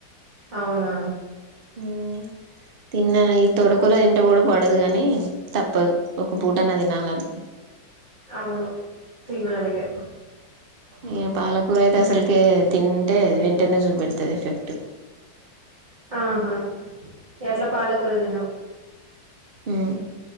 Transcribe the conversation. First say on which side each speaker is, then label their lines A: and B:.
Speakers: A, on the right (about 25°); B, on the right (about 65°).
A: అవునా
B: ఆహాయ్ తిన్నాను ఈ తొటకూర తింటే కూడా పడదు గాని తప్పదు ఒక పూటన్న తినాలని
A: అవును తినాలి ఇగ
B: ఇగ పాలకూర అయితే అసలేకె తింటే వెంటనే చూపెడుతుంది ఎఫెక్ట్
A: ఆహా ఎట్లా పాలకూర తినవ్
B: హ్మ్